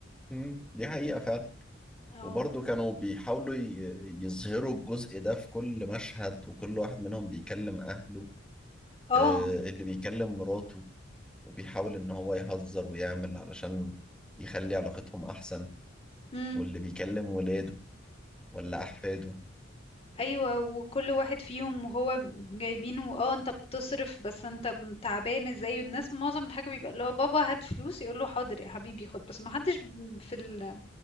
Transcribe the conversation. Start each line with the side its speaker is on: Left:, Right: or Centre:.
Centre: مم. دي حقيقة فعلا
Left: اه
Centre: وبرضه كانوا بيحاولوا ي- يظهروا الجزء ده في كل مشهد وكل واحد منهم بيكلم أهله
Left: اه
Centre: آه، اللي بيكلم مراته وبيحاول إن هو يهزر ويعمل علشان يخلي علاقتهم أحسن
Left: امم
Centre: واللي بيكلم ولاده ولا أحفاده
Left: ايوه وكل واحد فيهم وهو جايبينه اه انت بتصرف بس انت م- تعبان ازاي الناس معظم الحاجه بيبقى اللي هو بابا هات فلوس يقول له حاضر يا حبيبي خد بس ما حدش ب- في ال...